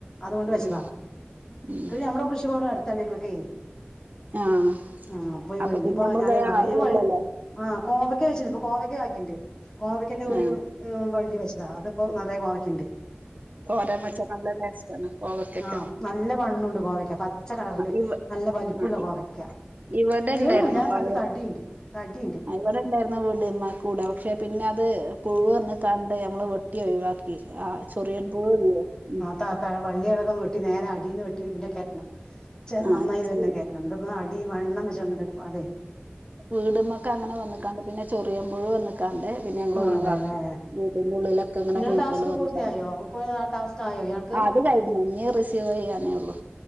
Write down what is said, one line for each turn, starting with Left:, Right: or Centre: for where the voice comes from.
Left: അതുകൊണ്ട് വെച്ചതാ
Right: ഉം ഉം
Left: ക നമ്മുടെ കൃഷിഭവനിവിടടുത്താ ഞങ്ങക്കേയ്
Right: ആ
Left: ആ അപ്പോ
Right: അപ്പൊ
Left: വഴി
Right: പിന്നെ
Left: ഞി ഇപ്പൊ
Right: നമ്മളത്
Left: ഞാന് നിറയെ
Right: അറിയല്ലല്ലോ
Left: വഴി ആ കോവക്ക വച്ചു ഇപ്പൊ കോവക്ക കായ്ക്കിണ്ട് കോവക്കന്റെ ഒരു
Right: ആ
Left: വള്ളി വെച്ചതാ അതിപ്പോ നിറയെ കോവയ്ക്കണ്ട്
Right: തോരൻ വെച്ചാ നല്ല ടേസ്റ്റാണ് കോവക്കൊക്കെ
Left: ആ നല്ല വണ്ണണ്ണുണ്ട് കോവക്ക പച്ച കളറില്
Right: ഇവ
Left: നല്ല വലുപ്പുള്ള
Right: ആ ഇ-
Left: കോവക്ക
Right: ഇവിടെ
Left: നീളല്ല
Right: ഉണ്ടായിരുന്നു പഴയ
Left: നല്ല തടിയുണ്ട് തടിയുണ്ട്
Right: ആ, ഇവിടെ ഉണ്ടായിരുന്നു വീടമ്മ കൂടെ പക്ഷെ പിന്നെ അത് പുഴുവ ഒന്ന് കണ്ട് നമ്മള് വെട്ടി ഒഴിവാക്കി ആ ചെറിയൻ പൂ വില്ലേ ഉ
Left: തത്ത വള്ളിയിളക്ക ഒന്ന് വെട്ടി നേരെ അടിൽ നിന്ന് വെട്ടി പിന്നെ കെറ്റണം ച
Right: ആ
Left: നന്നായി
Right: ചെ-
Left: വരുന്ന കേറ്റണം എന്ത അടി വണ്ണം വെച്ചോണ്ടി അതെ
Right: വീടമ്മൊക്കെ അങ്ങനെ വന്നക്കാണ്ട് പിന്നെ ചെറിയ പുഴു വന്നക്കാണ്ട് പിന്നെ ഞങ്ങള് ഒയിവാക്കി,
Left: അതെല്ലേ
Right: വീട്ടിന്റെ ഉള്ളിലൊക്കെ ഇങ്ങനെ
Left: നിങ്ങളെ
Right: പുഴുക്കള്
Left: ടാസ്ക്
Right: വന്നതാണ്.
Left: പൂർത്തിയായോ മുപ്പത് ടാസ്ക് ആയോ ഇയാൾക്ക്
Right: ആഹ് അത് കഴിഞ്ഞു, ഇനി റിസീവ് ചെയ്യാനേ ഒള്ളൂ.